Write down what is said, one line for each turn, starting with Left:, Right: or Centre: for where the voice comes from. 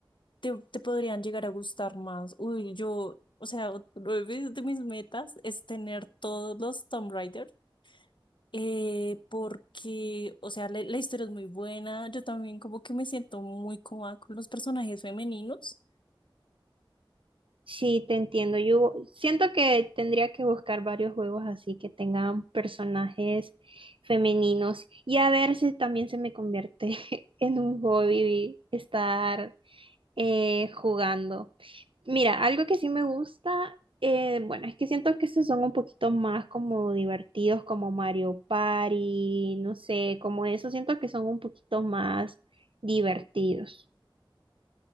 Left: te, te podrían llegar a gustar más. Uy, yo, o sea, otro de mis de mis metas es tener todos los Tomb Raider, eh, porque, o sea, la, la historia es muy buena, yo también como que me siento muy cómoda con los personajes femeninos.
Right: Sí, te entiendo. Yo siento que tendría que buscar varios juegos así que tengan personajes femeninos y a ver si también se me convierte <laughs> en un hobby estar eh, jugando. Mira, algo que sí me gusta, eh, bueno, es que siento que estos son un poquito más como divertidos, como Mario Party, no sé, como eso, siento que son un poquito más divertidos.